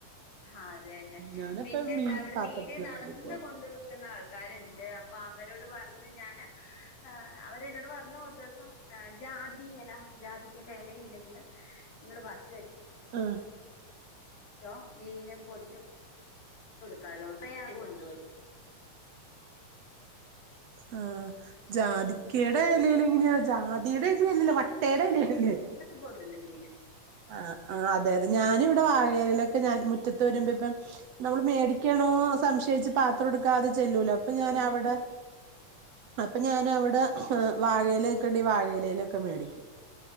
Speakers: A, on the left (about 75°); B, on the right (about 65°).
A: അത് തന്നെ
B: ഞാനപ്പ
A: പിന്നെ എന്താ
B: മീൻ
A: അവിടെ
B: പാത്രത്തിലാ
A: മീന് നടന്ന്
B: മേടിക്കുള്ളൂ
A: കൊണ്ട് വി ക്കു ന്ന ആൾക്കാരുണ്ട് അപ്പൊ അവരോട് പറഞ്ഞു ഞാന് അവരെന്നോട് പറഞ്ഞു ഒരു ദിവസം ആ ജാതി ഇല ജാതിക്കന്റെ ഇല ഇണ്ടെങ്കില് നിങ്ങള് പറച്ച് വെച്ച
B: ആഹ്
A: ച്ചോ മീനെ പൊതി കൊടുക്കാലോ <unintelligible> കൊണ്ടോയി
B: ആ ജാതിക്കയുടെ ഇലേൽ എങ്ങനെയാ ജാതി ദിയുടെ ഇലയല്ലല്ലേ വട്ടയുടെ ഇല്ല അല്ലേ
A: പോകല്ല മീന്
B: ആഹ് ആഹ് അതെ അതെ ഞാനി ഇവിടെ വാഴയിലയിലൊക്കെ ഞാൻ മുറ്റത്ത് വരുമ്പോ ഇപ്പം നമ്മൾ മേടിക്കണോ സംശയിച്ചു പാത്രം എടുക്കാതെ ചെല്ലൂലോ അപ്പൊ ഞാൻ അവിടെ അപ്പൊ ഞാൻ അവിടെ വാഴ ഇല ഒക്കെ ഇണ്ടേൽ വാഴയിലൊക്കെ മേടിക്കും